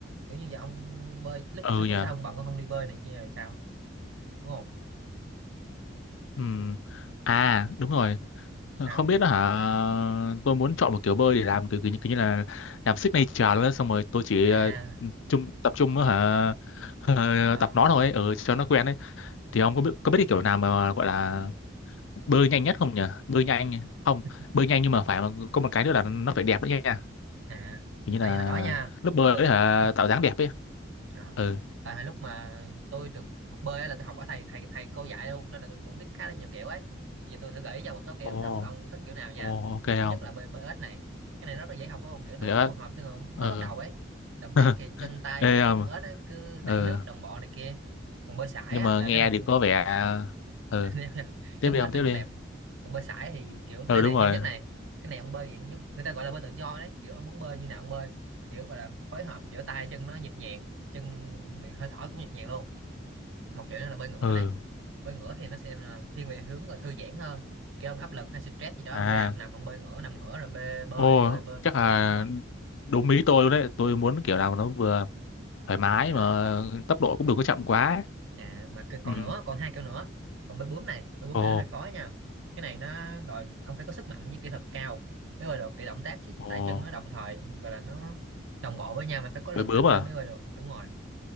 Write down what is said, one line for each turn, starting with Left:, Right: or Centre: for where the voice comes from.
Right: kiểu như giờ ông bơi lúc
Left: ừ
Right: sau
Left: nhỉ
Right: lúc sau ông bận ông không đi bơi này kia rồi sao đúng không
Left: Ừm, À đúng rồi Ờ,
Right: sao
Left: Không biết đó hả Tôi muốn chọn một kiểu bơi để làm kiểu, kiểu, như- kiểu như là Làm signature luôn á Xong rồi tôi chỉ
Right: à
Left: ờ, chung, tập trung đó, hả ờ,
Right: ờ,
Left: Tập nó thôi ấy, ừ, cho nó quen ấy Thì ông có biết, có biết
Right: ừ,
Left: cái kiểu nào mà gọi là Bơi nhanh
Right: ừ,
Left: nhất không nhỉ Bơi nhanh Không
Right: ừ,
Left: Bơi nhanh nhưng mà phải mà Có một cái nữa là nó phải đẹp đấy nha
Right: à
Left: Kiểu như
Right: tại
Left: là
Right: vì hồi đó nha
Left: Lớp bơi
Right: lúc
Left: ấy,
Right: mà
Left: hả
Right: ừ,
Left: Tạo dáng đẹp ấy
Right: à,
Left: Ừ
Right: tại hồi lúc mà tôi được học bơi á là tôi học ở thầy thầy thầy cô dạy luôn nên là tôi cũng biết khá là nhiều kiểu ấy giờ tôi thử gợi ý cho một số kiểu
Left: Ồ
Right: xong ông thích kiểu nào nha
Left: Ồ ok không
Right: thứ nhất là bơi bơi ếch này cái này rất là dễ học luôn kiểu nó
Left: Vậy đó
Right: phù hợp cho người
Left: Ừ
Right: mới bắt đầu ấy động
Left: <laughs>
Right: tác thì chân tay
Left: Ê
Right: giống
Left: không
Right: như con ếch ấy, cứ
Left: Ừ
Right: đẩy nước đồng bộ này kia còn bơi sải
Left: nhưng
Right: á
Left: mà
Right: là
Left: nghe
Right: cái này
Left: thì có vẻ ừ
Right: nên <laughs>
Left: tiếp
Right: giống
Left: đi
Right: ếch
Left: không tiếp
Right: nó không
Left: đi
Right: đẹp còn bơi sải thì kiểu nó
Left: ừ
Right: này
Left: đúng rồi
Right: nhanh nhất này cái này ông bơi dạng giống người ta gọi là bơi tự do đấy kiểu ông muốn bơi như nào ông bơi kiểu gọi là phối hợp giữa tay chân nó nhịp nhàng chân hơi thở cũng nhịp nhàng luôn một kiểu nữa là bơi ngửa
Left: ừ
Right: này bơi ngửa thì nó sẽ là thiên về hướng là thư giãn hơn kiểu ông áp lực hay stress gì đó
Left: à
Right: ông ra ông nằm ông bơi ngửa nằm ngửa rồi bơi bơi
Left: ô
Right: bơi bơi bơi
Left: chắc là
Right: bơi đúng rồi
Left: đúng ý tôi luôn đấy tôi muốn kiểu nào mà nó vừa thoải mái
Right: à
Left: mà tốc độ cũng đừng có chậm quá
Right: à mà cái còn
Left: ừ
Right: nữa còn hai kiểu nữa còn bơi bướm này bơi bướm
Left: ồ
Right: này nó hơi khó nha cái này nó đòi ông phải có sức mạnh với kỹ thuật cao mới bơi được cái động tác cái
Left: ồ
Right: tay chân nó đồng thời gọi là nó đồng bộ với nhau mà phải có lực
Left: bơi bướm
Right: mạnh
Left: à
Right: nó mới bơi được đúng rồi